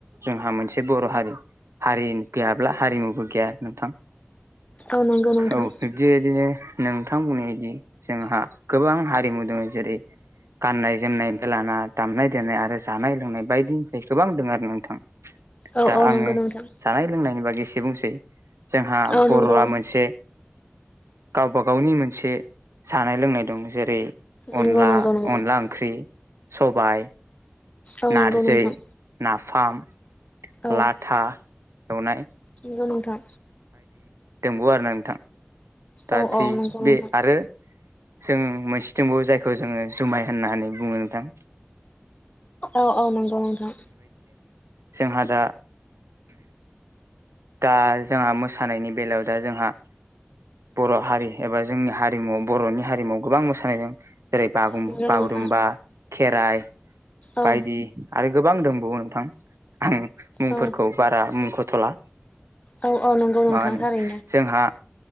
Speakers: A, on the right; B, on the left.
A: जोंहा मोनसे बर' हारि हारि गैयाब्ला हारिमुबो गैया नोंथां
B: औ नंगौ नोंथां
A: औ बिब्दि बादिनो नोंथां बुंनायबायदि जोंहा गोबां हारिमु दङ जेरै गाननाय जोमनायनिनायनिफ्राय लाना दामनाय देनाय आरो जानाय लोंनाय बायदिनिफ्राय गोबां दङ आरो नोंथां
B: औ
A: दा
B: औ
A: आङो
B: नंगौ नोंथां
A: जानाय लोंनायनि बागै एसे बुंसै जोंहा
B: औ
A: बर'वा
B: नंगौ
A: मोनसे गावबागावनि मोनसे जानाय लोंनाय दं जेरै
B: नंगौ
A: अनला
B: नंगौ नंगौ
A: अनला ओंख्रि सबाइ
B: औ
A: नारजि
B: नंगौ नोंथां
A: नाफाम
B: औ
A: लाथा एवनाय
B: नंगौ नोंथां
A: दङ आरोना नोंथां दादि
B: औ औ नंगौ नोंथां
A: बे आरो जों मोनसे दंबावो जायखौ जोङो जुमाइ होननानै बुङो नोंथां
B: औ औ नंगौ नोंथां
A: जोंहा दा दा जोंहा मोसानायनि बेलायाव दा जोंहा बर' हारि एबा जोंनि हारिमु बर'नि हारिमुवाव गोबां मोसानाय दं। जेरै बागु
B: नंगौ
A: बागुरुम्बा
B: नोंथां
A: खेराइ
B: औ
A: बायदि आरो गोबां दंबावो नोंथां ओम मुंफोरखौ
B: औ
A: बारा मुंखथ'ला
B: औ औ नोंगौ नोंथां
A: मा होनो
B: थारैनो
A: जोंहा